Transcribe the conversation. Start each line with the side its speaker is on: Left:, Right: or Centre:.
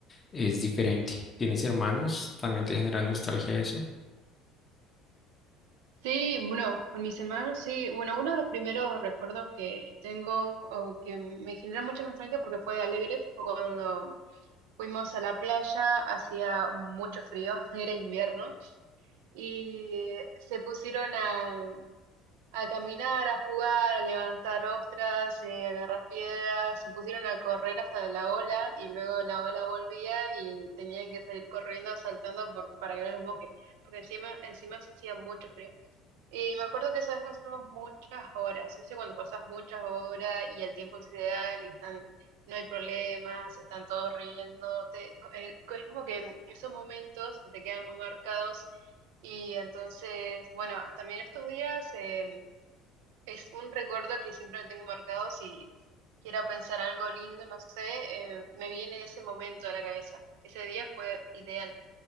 Left: es diferente. ¿Tienes hermanos? ¿También te genera nostalgia eso?
Right: Sí, bueno, con mis hermanos, sí. Bueno, uno de los primeros recuerdos que tengo o que me genera mucha nostalgia porque fue alegre fue cuando fuimos a la playa, hacía mucho frío, <laughs> era invierno, y se pusieron a, a caminar, a jugar, a levantar ostras, eh, a agarrar piedras, se pusieron a correr hasta la ola y luego la ola volvía y tenían que salir corriendo, saltando por, para que no los moje, porque encima, encima hacía mucho frío. Y me acuerdo que esa vez pasamos muchas horas, ¿viste? Cuando pasas muchas horas y el tiempo es ideal y están, no hay problemas, están todos riéndote. co- eh, co- es como que esos momentos se te quedan muy marcados y entonces, bueno, también estos días eh, es un recuerdo que siempre tengo marcado si quiero pensar algo lindo, no sé, eh, me viene ese momento a la cabeza. Ese día fue ideal.